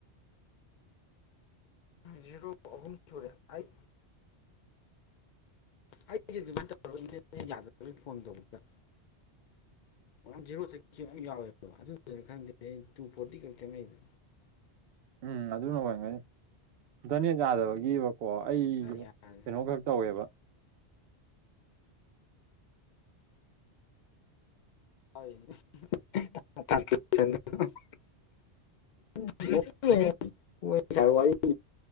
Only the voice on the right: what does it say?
ꯎꯝ ꯑꯗꯨꯅ ꯑꯣꯏꯔꯪꯒꯅꯤ ꯏꯟꯠꯔꯅꯦꯠ ꯌꯥꯗꯕꯒꯤ ꯀꯣ ꯑꯩꯁꯨ
ꯀꯩꯅꯣ ꯈꯛ ꯇꯧꯋꯦꯕ